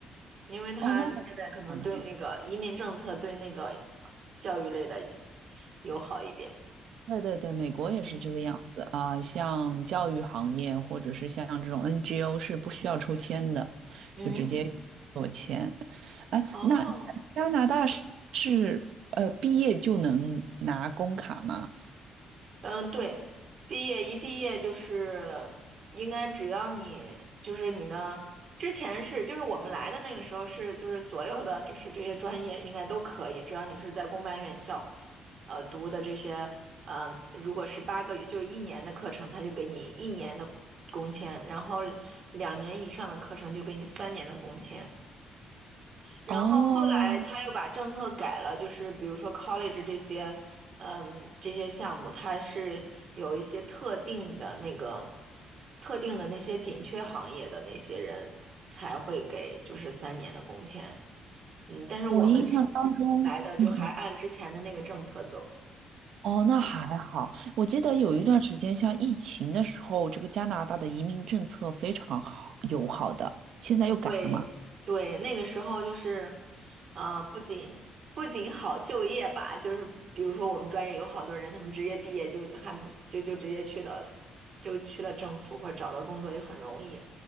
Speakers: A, on the right; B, on the right.
A: 因为他现在可能对那个移民政策对那个
B: 哦，那我好的
A: 教育类的友好一点，
B: 对对对，美国也是这个样子啊，
A: 嗯
B: 像教育行业或者是像这种 NGO 是不需要抽签的，
A: 嗯，
B: 就直接做签。哎，
A: 哦，
B: 那加拿大是是呃毕业就能拿工卡吗？
A: 嗯，对，毕业一毕业就是应该只要你就是你的之前是就是我们来的那个时候是就是所有的就是这些专业应该都可以，只要你是在公办院校，呃读的这些，嗯、如果是八个月就一年的课程，他就给你一年的工签，然后两年以上的课程就给你三年的工签。然后后来他又把政策改了，
B: 哦，
A: 就是比如说 college 这些，嗯，这些项目，它是有一些特定的那个特定的那些紧缺行业的那些人才会给就是三年的工签，嗯，但是我们之前来的就还按之前的那个政策走。
B: 我印象当中，嗯，你哦，那还好。我记得有一段时间，像疫情的时候，这个加拿大的移民政策非常好友好的，现在又改了嘛。
A: 对对，那个时候就是，呃，不仅不仅好就业吧，就是比如说我们专业有好多人，他们直接毕业就还就就直接去了，就去了政府或者找到工作就很容易。